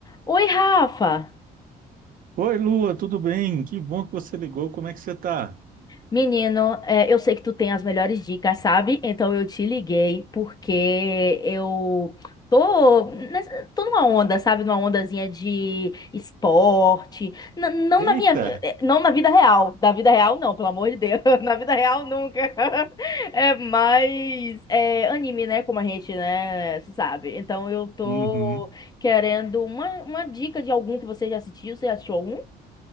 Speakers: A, on the left (about 25°); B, on the right (about 55°).
A: Oi, Rafa!
B: Oi, Lua, tudo bem? Que bom que você ligou. Como é que você tá?
A: Menino, é, eu sei que tu tem as melhores dicas, sabe? Então eu te liguei porque eu tô, nessa- tô numa onda, sabe? Numa ondazinha de esporte. N- não
B: Eita!
A: na minha, eh, não na vida real. Da vida real, não, pelo amor de Deus. <laughs> Na vida real, nunca. <laughs> É mais é, anime, né? Como a gente, né, se sabe. Então eu tô
B: Uhum.
A: querendo uma, uma dica de algum que você já assistiu. Você já assistiu algum?